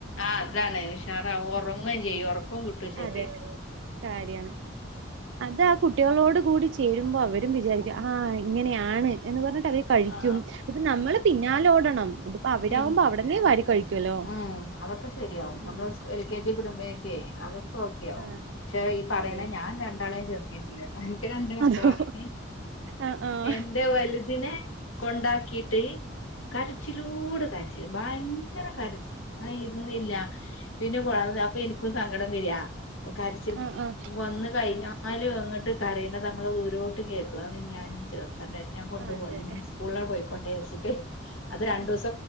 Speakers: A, on the left (about 80°); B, on the right (about 60°).
A: ആഹ് അതാണ് ഉഷാറാവും ഉറങ്ങേ ചെയ്യും ഉറക്കം കിട്ടും ഉച്ചക്ക്.
B: അതെ കാര്യാണ് അത് ആ കുട്ടികളോട് കൂടി ചേരുമ്പോ അവരും വിചാരിക്കും ആഹ് ഇങ്ങനെയാണ് എന്ന് പറഞ്ഞ് അവരു കഴിക്കും
A: ആ
B: ഇത് നമ്മള് പിന്നാലെ ഓടണം. അവരാവുമ്പോ
A: പി
B: അവിടന്നേ വാരി കഴിക്കുവല്ലോ
A: ഉം അതൊക്കെ ശരിയാവും
B: ഉം
A: നമ്മള് എൽ കെ ജി
B: ഉം
A: വിടുമ്പേ ക്കേ അതൊക്കെ ഓക്കെയാവും
B: ആഹ്
A: പക്ഷേ ഈ പറയണ
B: അതെ
A: ഞാൻ രണ്ടാളെയും ചേർത്തിട്ടില്ല എനിക്ക് രണ്ട് മക്കളാണ്
B: അതോ ആഹ് ആഹ്
A: എന്റെ വലുതിനെ കൊണ്ടാക്കിയിട്ട് കരച്ചിലോട് കര ച്ചില് ഭയങ്കര കരച്ചിൽ ആഹ് ഇരുന്നില്ല. പിന്നെ <unintelligible> അപ്പോ എനിക്കും സങ്കടം വരുവാ കരച്ചില്
B: ആഹ് ആഹ്
A: വന്ന് കഴിഞ്ഞാ ലും അങ്ങട്ട് കരയണത് നമ്മൾ ദൂരോട്ട് കേക്കും അത് ഞാനീ ചേർത്താണ്ടായി. ഞാൻ കൊണ്ടു
B: അതെ
A: <unintelligible> ഇനി സ്കൂളിലാ പോയിക്കോട്ടേ വിചാരിച്ചിട്ട് അത് രണ്ടു
B: ആഹ്
A: ദിവസം